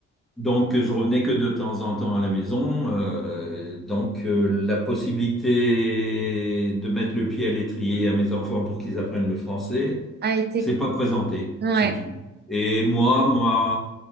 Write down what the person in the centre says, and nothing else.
Donc, je revenais que de temps en temps à la maison. euh, donc, euh, la possibilité de mettre le pied à l'étrier à mes enfants pour qu'ils apprennent le français,
c'est pas présenté,
c'est tout. Et moi, ma-